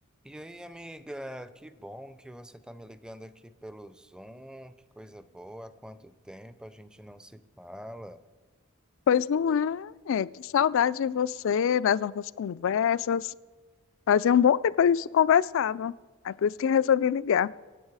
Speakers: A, in the centre; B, on the left (about 65°).
A: E aí, amiga, que bom que você está me ligando aqui pelo Zoom, que coisa boa, há quanto tempo a gente não se fala.
B: Pois não é? é. Que saudade de você, das nossas conversas. Fazia um bom tempo que a gente não conversava. É por isso que resolvi ligar.